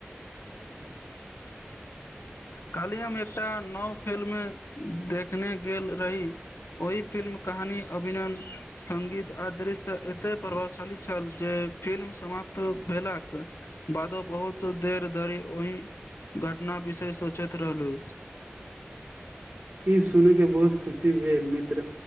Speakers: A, on the right; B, on the left.
A: <unintelligible>
B: कल्हि हम एकटा नव फिल्म देखने गेल रही ओहि फिल्म कहानी, अभिनन, संगीत आ दृश्य एते प्रभावशाली छल जे फिल्म समाप्त भेलाक बादो बहुत देर धरि ओहि घटना विषय सोचैत रहलु।
A: इ सुनि के बहुत खुशी भेल मित त्र